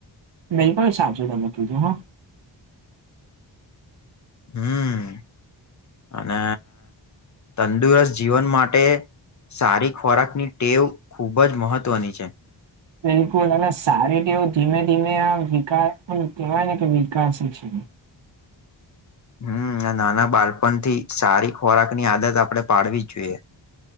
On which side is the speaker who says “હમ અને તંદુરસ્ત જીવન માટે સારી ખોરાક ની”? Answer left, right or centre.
Left